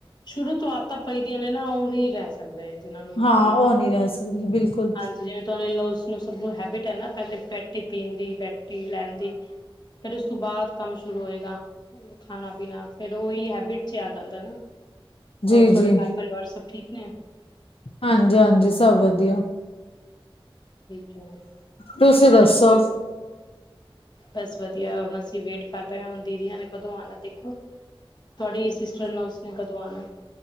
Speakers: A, on the left (about 50°); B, on the left (about 80°).
A: ਸ਼ੁਰੂ ਤੋਂ ਆਦਤਾਂ ਪਈਦੀਆਂ ਨੇ ਨਾ ਓ ਨੀ ਰਹਿ ਸ ਸਕਦੇ ਜਿੰਨਾਂ ਨੂੰ
B: ਹਾਂ
A: ਮਤਲਬ,
B: ਉਹ ਨਹੀਂ ਰਹਿ ਸਕਦੀ ਬਿਲਕੁਲ
A: ਹਾਂਜੀ। ਜਿਵੇਂ ਤੁਆਨੂੰ ਇਨਲੋਸ ਨੂੰ ਸਬ ਨੂੰ ਹੈਬਿਟ ਐ ਨਾ, ਪੈਲੇ ਪੈਟੀ ਪੀਣ ਦੀ, ਪੈਟੀ ਲੈਣ ਦੀ ਫਿਰ ਉਸ ਤੋਂ ਬਾਦ ਕੰਮ ਸ਼ੁਰੂ ਹੋਏਗਾ, ਖਾਣਾ-ਪੀਣਾ, ਫੇਰ ਓਈ ਹੈਬਿਟ ਚ ਈ ਆ ਜਾਂਦਾ ਨਾ।
B: ਜੀ
A: ਹੋਰ ਤੁਆਡੇ
B: ਜੀ
A: ਘਰ ਪਰਿਵਾਰ ਸਬ ਠੀਕ ਨੇ?
B: ਹਾਂਜੀ-ਹਾਂਜੀ, ਸਭ ਵਧੀਆ।
A: ਠੀਕ ਐ।
B: ਤੁਸੀਂ ਦੱਸੋ?
A: ਬਸ ਵਧੀਆ, ਹੁਣ ਅਸੀਂ ਵੇਟ ਕਰਦੇ ਆਂ ਹੁਣ ਦੀਦੀਆਂ ਨੇ ਕਦੋਂ ਆਣਾ ਦੇਖੋ? ਤੁਆਡੀ ਸਿਸਟਰ ਇਨਲੋਸ ਨੇ ਕਦੋਂ ਆਣਾ?